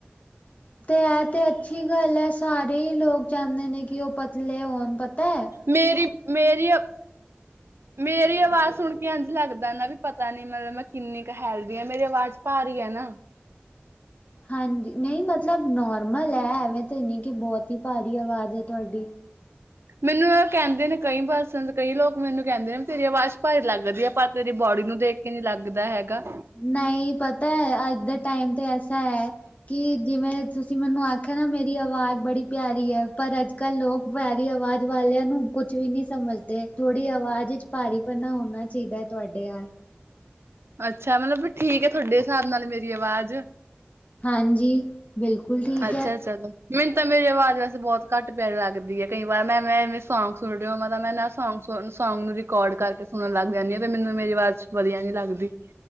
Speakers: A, on the left; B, on the right.
A: ਤੇ ਐ ਤੇ ਅੱਛੀ ਗੱਲ ਐ, ਸਾਰੇ ਈ ਲੋਕ ਚਾਂਦੇ ਨੇ ਕੀ ਓ ਪਤਲੇ ਹੋਣ ਪਤਾ ਐ।
B: ਮੇਰੀ-ਮੇਰੀ ਅ ਮੇਰੀ ਆਵਾਜ਼ ਸੁਣ ਕੇ ਏਂਝ ਲੱਗਦਾ ਨਾ ਵੀ ਪਤਾ ਨੀ ਮਲਬ ਮੈਂ ਕਿੰਨੀ ਕ ਹੈਲਦੀ ਆਂ। ਮੇਰੀ ਆਵਾਜ਼ ਭਾਰੀ ਐ ਨਾ।
A: ਹਾਂਜੀ ਨਹੀਂ ਮਤਲਬ ਨੋਰਮਲ ਐ, ਐਵੇਂ ਤੇ ਨੀ ਕੀ ਬੋਤ ਈ ਭਾਰੀ ਆਵਾਜ਼ ਐ ਤੁਆਡੀ।
B: ਮਿਨੂੰ ਏ ਕੈਂਦੇ ਨੇ ਕਈ ਪਰਸਨਸ ਕਈ ਲੋਕ ਮਿਨੂੰ ਕੈਂਦੇ, ਨੇ ਤੇਰੀ ਆਵਾਜ਼ ਭਾਰੀ ਲੱਗਦੀ ਐ। ਪਰ ਤੇਰੀ ਬੋਡੀ ਨੂੰ ਦੇਖ ਕਿ ਨੀ ਲੱਗਦਾ ਹੈਗਾ।
A: ਨਈ ਪਤਾ ਐ ਅੱਜ ਦੇ ਟਾਈਮ ਤੇ ਐਸਾ ਐ ਕੀ ਜਿਵੇਂ ਤੁਸੀਂ ਮੈਨੂੰ ਆਖਿਆ ਨਾ ਮੇਰੀ ਆਵਾਜ਼ ਬੜੀ ਪਿਆਰੀ ਆ। ਪਰ ਅੱਜ ਕੱਲ ਲੋਕ ਪਿਆਰੀ ਆਵਾਜ਼ ਵਾਲਿਆਂ ਨੂੰ ਕੁਛ ਵੀ ਨੀ ਸਮਝਦੇ, ਥੋੜੀ ਆਵਾਜ਼ ਵਿਚ ਭਾਰੀ ਪਨਾ ਹੋਣਾ ਚਾਈਦਾ। ਤੁਆਡੇ ਆਏ।
B: ਅੱਛਾ ਮਲਬ ਬੀ ਠੀਕ ਏ, ਥੋਡੇ ਹਿਸਾਬ ਨਾਲ ਮੇਰੀ ਆਵਾਜ਼।
A: ਹਾਂਜੀ। ਬਿਲਕੁਲ ਠੀਕ।
B: ਅੱਛਾ
A: ਹੈ
B: ਚਲੋ। ਮਿਨ ਤਾਂ ਮੇਰੀ ਆਵਾਜ਼ ਵੈਸੇ ਬੋਤ ਘੱਟ ਪਿਆਰੀ ਲੱਗਦੀ ਏ। ਕਈ ਵਾਰ ਮੈਂ ਏਵੇਂ ਸੌਗ ਸੁਣ ਰੀ ਹੋਵਾਂ ਮੈਂ ਨਾ ਸੌਗ ਸੁਣ ਸੌਗ ਨੂੰ ਰਿਕਾਰਡ ਕਰਕੇ ਸੁਣਨ ਲੱਗ ਜਾਂਦੀ ਆ ਤੇ ਮੈਨੂੰ ਮੇਰੀ ਵਾਚ ਵਧੀਆ ਨੀ ਲੱਗਦੀ।